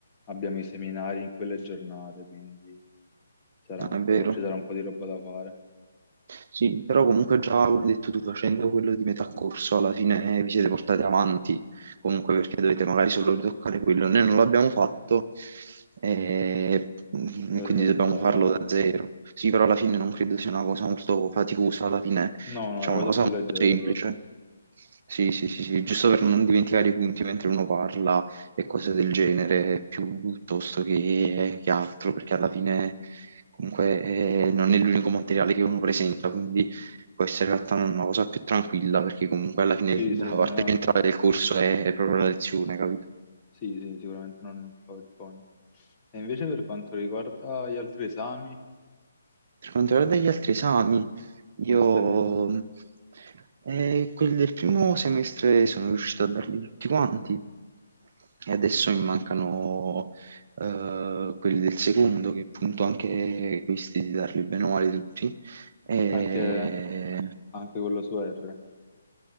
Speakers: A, on the left; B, on the right.
A: abbiamo i seminari in quelle giornate, quindi sarà un
B: è vero.
A: po', ci sarà un po' di roba da fare.
B: Sì, però comunque già, come hai detto tu, facendo quello di metà corso, alla fine eh, vi siete portati avanti, comunque perché dovete magari solo ritoccare quello. Noi non l'abbiamo fatto eh, e mm,
A: Dovete
B: quindi
A: fare
B: dobbiamo
A: tutto da
B: farlo
A: capo.
B: da zero. Sì, però alla fine non credo sia una cosa molto faticosa, alla fine
A: No, no,
B: facciamo
A: la cosa
B: una cosa
A: più
B: molto
A: leggera
B: semplice.
A: proprio.
B: Sì, sì, sì, sì, giusto per non dimenticare i punti mentre uno parla, e cose del genere piuttosto che, che altro, perché alla fine comunque eh, non è l'unico materiale che uno presenta, quindi può essere in realtà una cosa più tranquilla, perché comunque alla fine
A: Sì, sì,
B: la
A: no.
B: parte centrale del corso è proprio la lezione, capito?
A: Sì, sì, sicuramente non il PowerPoint. E invece per quanto riguarda gli altri esami,
B: Per quanto riguarda gli altri esami, io
A: come stai messo?
B: mh, eh, quelli del primo semestre sono riuscito a darli tutti quanti e adesso mi mancano eh, quelli del secondo, che appunto anche questi di darli bene o male tutti. E...
A: Anche Anche quello su R.